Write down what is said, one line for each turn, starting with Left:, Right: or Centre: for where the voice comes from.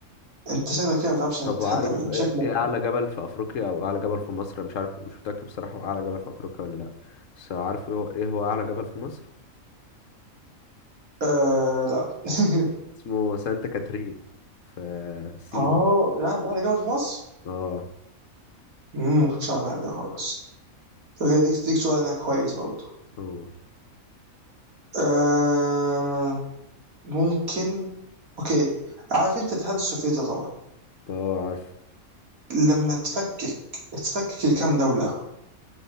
Right: انت شكلك كده ما تعرفش تتحدى
Left: طب عارف
Right: مين
Left: ايه
Right: شكلك
Left: إيه أعلى جبل في أفريقيا أو أعلى جبل في مصر؟ أنا مش عارف مش متأكد بصراحة هو أعلى جبل في أفريقيا ولا لأ بس عارف إيه هو إيه هو أعلى جبل في مصر؟
Right: آه لا <laughs>
Left: اسمه سانتا كاترين في سينا
Right: اه لا ده على جبل في مصر
Left: اه
Right: امم ما كنتش عارف انا ده خالص طب ديك ديك سؤال انا كويس برضه
Left: هو
Right: آه ممكن اوكي عارف انت الاتحاد السوفيتي طبعا
Left: اه عارف
Right: لما تفكك تفكك لكام دولة